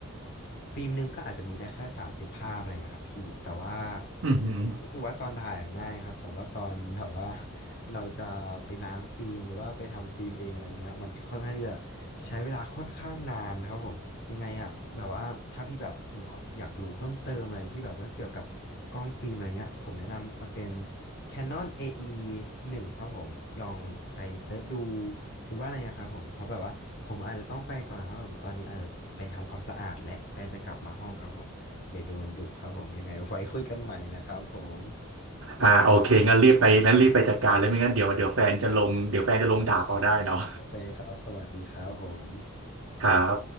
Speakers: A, on the left; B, on the right.
A: ฟิล์มหนึ่งก็อาจจะมีได้แค่สามสิบภาพอะไรเงี้ยครับพี่แต่ว่า
B: อืมอหือ
A: ผมรู้สึกว่าตอนถ่ายอะง่ายครับแต่ว่าตอนแบบว่าเราจะไปล้างฟิล์มหรือว่าไปทำฟิล์มเองอะไรเงี้ยมันก็ค่อนข้างที่จะใช้เวลาค่อนข้างนานครับผม ยังไงอะแบบว่าถ้าพี่แบบมีความอยากรู้เพิ่มเติมอะไรที่แบบว่าเกี่ยวกับกล้องฟิล์มอะไรเงี้ยผมแนะนำมันเป็น Canon AE 1ครับผมลองไปเซิร์ชดูหรือว่าอะไรนะครับผมเพราะแบบว่าผมอาจจะต้องไปก่อนครับผมตอนนี้อาจจะไปทำความสะอาดและแฟนจะกลับมาห้องครับผมเดี๋ยวโดนดุครับผมยังไงไว้คุยกันใหม่นะครับผม
B: อ่าโอเคงั้นรีบไปงั้นรีบไปจัดการเลยไม่งั้นเดี๋ยวเดี๋ยวแฟนจะลงเดี๋ยวแฟนจะลงด่าเอาได้เนาะ
A: โอเคครับสวัสดีครับผม
B: <laughs> ครับ